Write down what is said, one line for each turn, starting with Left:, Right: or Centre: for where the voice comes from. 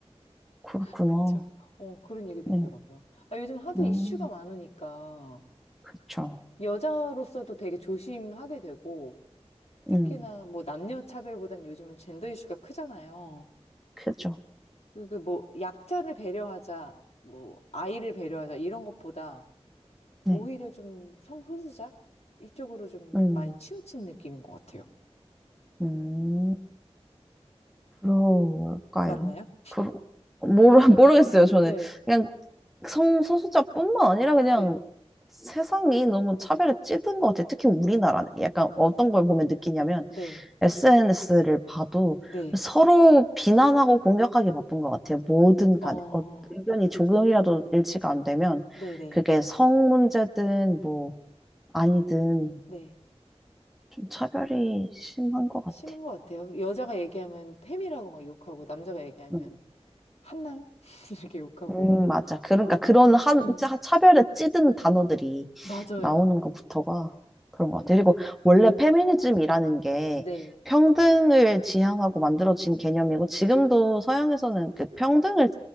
Centre: 그렇구나.
Left: <laughs> 그쵸. 어, 그런 얘기도
Centre: 네.
Left: 있더라고요. 아, 요즘 하도
Centre: 음,
Left: 이슈가 많으니까
Centre: 그쵸.
Left: 여자로서도 되게 조심하게 되고 특히나
Centre: 음,
Left: 뭐 남녀 차별보단 요즘은 젠더 이슈가 크잖아요.
Centre: 크죠.
Left: 그리고 뭐 약자를 배려하자, 뭐 아이를 배려하자 이런 것보다
Centre: 네.
Left: 오히려 좀 성소수자? 이쪽으로 좀
Centre: 음,
Left: 많이 치우친 느낌인 것 같아요.
Centre: 음, 그럴까요?
Left: 맞나요?
Centre: 그 모르, <laughs> 모르겠어요, 저는.
Left: 네,
Centre: 그냥 성소수자뿐만 아니라 그냥
Left: 네.
Centre: 세상이 너무 차별에 찌든 것 같아요. 특히 우리나라는. 약간
Left: 아,
Centre: 어떤 걸 보면 느끼냐면
Left: 네,
Centre: SNS를 봐도
Left: 네.
Centre: 서로 비난하고 공격하기 바쁜 것 같아요. 뭐든
Left: 어,
Centre: 간에. 어, 의견이 조금이라도 일치가 안 되면
Left: 네네,
Centre: 그게 성 문제든 뭐 아니든
Left: 네.
Centre: 좀 차별이 심한 것 같아.
Left: 심한 것 같아요. 여자가 얘기하면 팸이라고 막 욕하고, 남자가 얘기하면
Centre: 응.
Left: 한남? <laughs> 이렇게 욕하고.
Centre: 음, 맞아. 그러니까
Left: 어,
Centre: 그런 한,
Left: 음,
Centre: 차- 차별에 찌든 단어들이
Left: 맞아요.
Centre: 나오는 것부터가 그런 것 같아. 그리고 원래
Left: 음,
Centre: 페미니즘이라는 게
Left: 네,
Centre: 평등을 지향하고 만들어진 개념이고 지금도 서양에서는 그 평등을